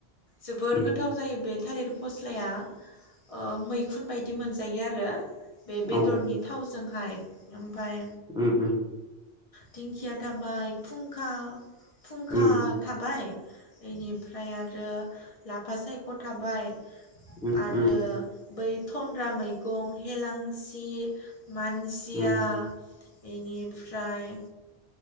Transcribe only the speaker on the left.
जोबोर
गोथाव जायो बे थालिर फस्लाया ओ मैखुन बायदि मोनजायो आरो। बे बेदरनि
थावजोंहाय ओमफाय
दिंखिया थाबाय फुंखा फुंखा
थाबाय बेनिफ्राय आरो लाफा सायख ख थाबाय
आरो
बै थनद्रा हेलों सि मानसिया
बेनिफ्राय